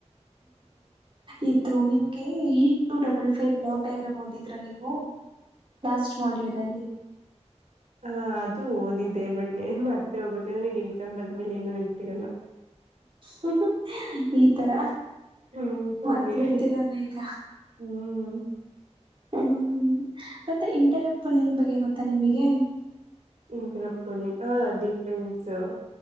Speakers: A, on the right; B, on the right.
A: ಇದು ನಿಮಗೆ ಈ two double five block diagram ಓದಿದ್ರಾ ನೀವು ಲಾಸ್ಟ್ ಮೊಡುಲೆದಲ್ಲಿ
B: ಹ ಅದು ಓದಿದೆ ಬಟ್ ನನ್ ಮರ್ತೆ ಹೋಗುತ್ತೆ ಈಗ ಎಕ್ಸಾಮ್ ಬರೆದ್ಮೇಲೆ ಏನು ನೆನ್ಪಿರಲ್ಲ
A: <inaudible> ಈ ತರ
B: ಹ್ಮ್ ಹಂಗೆ
A: ಮರ್ತಬಿಡ್ತೀರ ಬೇಗ
B: ಹ್ಮ್
A: ಹ್ಮ್ ಮತ್ತೆ ಇಂಟರಾಪ್ ಪುಲಿಂಗ್ ಬಗ್ಗೆ ಗೊತ್ತಾ ನಿಮಗೆ
B: ಇಂಟರಾಪ್ ಪುಲ್ಲಿಂಗ್ ಹ ಡಿಫ್ರೆನ್ಸು